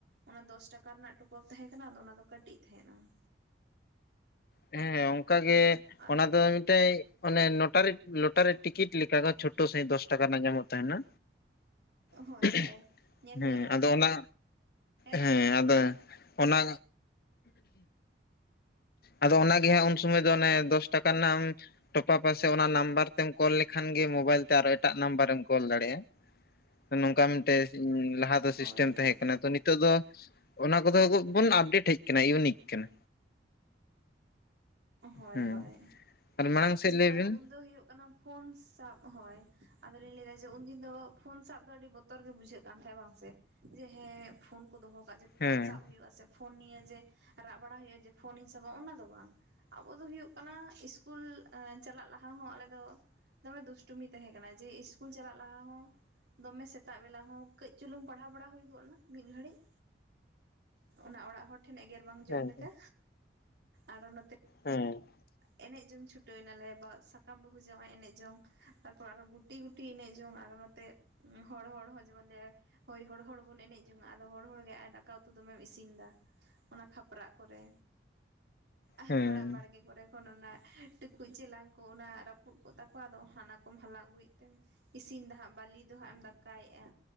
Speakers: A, on the right; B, on the left.
A: ᱚᱱᱟ ᱫᱚᱥ ᱴᱟᱠᱟ ᱨᱮᱱᱟᱜ ᱴᱚᱯᱟᱯ ᱛᱟᱦᱮᱸ ᱠᱟᱱᱟ ᱟᱫᱚ ᱚᱱᱟ ᱫᱚ ᱠᱟᱹᱴᱤᱡ ᱛᱟᱦᱮᱸᱱᱟ ᱾
B: ᱦᱮᱸ ᱚᱱᱠᱟᱜᱮ
A: ᱟᱨ
B: ᱚᱱᱟ ᱫᱚ ᱢᱤᱫᱴᱮᱡ ᱚᱱᱮ ᱞᱚᱴᱟᱨᱤ ᱞᱚᱴᱟᱨᱤ ᱴᱤᱠᱤᱴ ᱞᱮᱠᱟ ᱪᱷᱳᱴᱳ ᱥᱟᱹᱦᱤᱡ ᱫᱚᱥ ᱴᱟᱠᱟ ᱨᱮᱱᱟᱜ ᱧᱟᱢᱚᱜ ᱛᱟᱦᱮᱱᱟ ᱾
A: ᱦᱳᱭ ᱦᱳᱭ ᱧᱮᱞ
B: ᱦᱮᱸ
A: ᱦᱩᱭ ᱠᱟᱱ
B: ᱟᱫᱚ ᱚᱱᱟ
A: ᱛᱟᱦᱮᱸᱫ
B: ᱦᱮᱸ ᱟᱫᱚ ᱚᱱᱟ ᱟᱫᱚ ᱚᱱᱟᱜᱮ ᱦᱟᱜ ᱩᱱ ᱥᱚᱢᱚᱭ ᱫᱚ ᱚᱱᱮ ᱫᱚᱥ ᱴᱟᱠᱟ ᱨᱮᱱᱟᱜ ᱴᱚᱯᱟᱯ ᱟᱥᱮ ᱚᱱᱟ ᱱᱟᱢᱵᱟᱨ ᱛᱮᱢ ᱠᱚᱞ ᱞᱮᱠᱷᱟᱱ ᱜᱮ ᱢᱳᱵᱟᱭᱤᱞ ᱛᱮ ᱟᱨᱚ ᱮᱴᱟᱜ ᱱᱟᱢᱵᱟᱨᱮᱢ ᱠᱚᱞ ᱫᱟᱲᱮᱭᱟᱜᱼᱟ ᱾ ᱱᱚᱝᱠᱟ ᱢᱤᱫᱴᱮᱡ ᱤ ᱞᱟᱦᱟ ᱞᱟᱦᱟ ᱫᱚ
A: ᱦᱳᱭ
B: ᱥᱤᱥᱴᱮᱢ
A: ᱦᱳᱭ
B: ᱛᱟᱦᱮᱸ ᱠᱟᱱᱟ, ᱛᱚ ᱱᱤᱛᱟᱹᱜ ᱫᱚ ᱚᱱᱟ ᱠᱚᱫᱚ ᱵᱚᱱ ᱟᱯᱰᱮᱴ ᱦᱮᱡ ᱠᱟᱱᱟ ᱤᱭᱩᱱᱤᱠ ᱠᱟᱱᱟ᱾
A: ᱦᱳᱭ
B: ᱦᱮᱸ
A: ᱦᱳᱭ
B: ᱟᱨ ᱢᱟᱲᱟᱝ ᱥᱮᱫ
A: ᱡᱮᱢᱚᱱ
B: ᱞᱟᱹᱭ ᱵᱤᱱ
A: ᱟᱫᱚ ᱩᱱᱫᱚ ᱦᱩᱭᱩᱜ ᱠᱟᱱᱟ ᱯᱷᱳᱱ ᱥᱟᱵ ᱦᱳᱭ, ᱟᱫᱚ ᱞᱤᱧ ᱞᱟᱹᱭᱫᱟ ᱡᱮ ᱩᱱᱫᱤᱱ ᱫᱚ ᱯᱷᱳᱱ ᱥᱟᱵ ᱫᱚ ᱟᱹᱰᱤ ᱵᱚᱛᱚᱨ ᱜᱮ ᱵᱩᱡᱷᱟᱹᱜ ᱠᱟᱱ ᱛᱟᱦᱮᱸᱜ ᱵᱟᱝᱥᱮ᱾ ᱡᱮ ᱦᱮᱸ ᱯᱷᱳᱱ ᱠᱚ ᱫᱚᱦᱚ ᱠᱟᱜ ᱡᱮ ᱯᱷᱳᱱ
B: ᱦᱮᱸ
A: ᱥᱟᱵ ᱦᱩᱭᱩᱜᱼᱟ ᱥᱮ ᱯᱷᱳᱱ ᱱᱤᱭᱮ ᱡᱮ ᱨᱟᱜ ᱵᱟᱲᱟ ᱦᱩᱭᱩᱜᱼᱟ ᱡᱮ ᱯᱷᱳᱱᱤᱧ ᱥᱟᱵᱟ ᱚᱱᱟ ᱫᱚ ᱵᱟᱝ᱾ ᱟᱵᱚ ᱫᱚ ᱦᱩᱭᱩᱜ ᱠᱟᱱᱟ ᱥᱤᱥᱠᱩᱞ ᱟᱨ ᱪᱟᱞᱟᱜ ᱞᱟᱦᱟ ᱦᱚᱸ ᱟᱞᱮ ᱫᱚ ᱫᱚᱢᱮ ᱫᱩᱥᱴᱚᱢᱤ ᱛᱟᱦᱮᱸ ᱠᱟᱱᱟ, ᱡᱮ ᱤᱥᱠᱩᱞ ᱪᱟᱞᱟᱜ ᱞᱟᱦᱟ ᱦᱚᱸ ᱫᱚᱢᱮ ᱥᱮᱛᱟᱜ ᱵᱮᱞᱟ ᱦᱚᱸ ᱠᱟᱹᱡ ᱪᱩᱞᱩᱝ ᱯᱟᱲᱦᱟᱣ ᱵᱟᱲᱟ ᱦᱩᱭ ᱜᱚᱫ ᱱᱟ ᱢᱤᱫ ᱜᱷᱟᱹᱲᱤᱡ᱾ ᱚᱱᱟ ᱚᱲᱟᱜ ᱦᱚᱲ ᱴᱷᱮᱱ ᱮᱜᱮᱨ ᱵᱟᱝ
B: ᱦᱮᱸ
A: ᱡᱚᱢ ᱞᱮᱠᱟ, ᱟᱫᱚ ᱚᱱᱟᱛᱮ
B: ᱦᱮᱸ᱾
A: ᱮᱱᱮᱡ ᱡᱚᱝ ᱪᱷᱩᱴᱟᱹᱣ ᱱᱟᱞᱮ, ᱵᱟ ᱥᱟᱠᱟᱢ ᱵᱟᱹᱦᱩ ᱡᱟᱶᱟᱭ ᱮᱱᱮᱡ ᱡᱚᱝ᱾ ᱛᱟᱨᱯᱚᱨ ᱟᱨᱚ ᱜᱩᱴᱤ ᱜᱩᱴᱤ ᱮᱱᱮᱡ ᱡᱚᱝ, ᱟᱨᱚ ᱱᱚᱛᱮ ᱦᱚᱲ ᱦᱚᱲ ᱡᱮᱢᱚᱱ ᱞᱮ ᱦᱳᱭ ᱦᱚᱲ ᱦᱚᱲ ᱵᱚᱱ ᱮᱱᱮᱡ ᱡᱚᱝ-ᱟ ᱟᱫᱚ ᱦᱚᱲ ᱦᱚᱲ ᱜᱮ ᱟᱨ ᱫᱟᱠᱟ ᱩᱛᱩ ᱫᱚᱢᱮᱢ ᱤᱥᱤᱱᱫᱟ ᱾ ᱚᱱᱟ ᱠᱷᱟᱯᱨᱟᱜ ᱠᱚᱨᱮ ᱟᱨ
B: ᱦᱮᱸ
A: ᱦᱚᱲᱟᱜ ᱵᱟᱲᱜᱮ ᱠᱚᱨᱮ ᱛᱚᱠᱷᱚᱱ ᱚᱱᱟ ᱴᱩᱠᱩᱡ ᱪᱮᱞᱟᱝ ᱠᱚ ᱚᱱᱟ ᱨᱟᱹᱯᱩᱫ ᱠᱚᱜ ᱛᱟᱠᱚᱣᱟ ᱟᱫᱚ ᱦᱟᱱᱟᱠᱚᱢ ᱦᱟᱞᱟᱝ ᱟᱹᱜᱩᱭᱮᱜ ᱛᱮᱢ ᱤᱥᱤᱱ ᱫᱟ ᱦᱟᱸᱜ ᱵᱟᱹᱞᱤ ᱫᱚ ᱦᱟᱸᱜ ᱮᱢ ᱫᱟᱠᱟᱭᱮᱜᱼᱟ